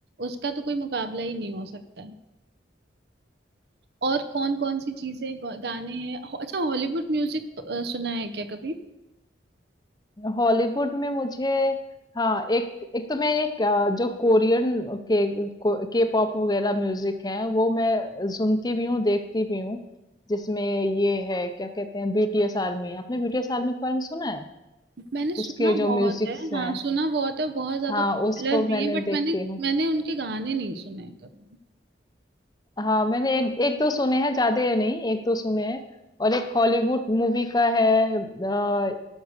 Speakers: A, on the right (about 55°); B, on the left (about 20°).
A: उसका तो कोई मुकाबला ही नहीं हो सकता है और कौन कौन सी चीजें ग- गाने हैं हो- अच्छा हॉलीवुड म्यूजिक सुना है क्या कभी
B: हॉलीवुड में मुझे हाँ, एक एक तो मैं एक अ, जो कोरियन के को, के पॉप वगैरह म्यूजिक है वो मैं सुनती भी हूँ देखती भी हूँ जिसमें ये है क्या कहते हैं बीटीएस आर्मी आपने बीटीएस आर्मी के बारे में सुना है
A: मैंने सुना
B: उसके जो
A: बहुत
B: म्यूजिक्स
A: है हाँ
B: हैं
A: सुना बहुत है बहुत ज्यादा
B: हाँ
A: पॉपुलर
B: उसको
A: भी
B: मैंने
A: है बट
B: देखती
A: मैंने
B: हूँ
A: मैंने उनके गाने नहीं सुने हैं कभी
B: हाँ मैंने एक एक दो सुने हैं ज्यादा नहीं एक दो सुने हैं और एक हॉलीवुड मूवी का है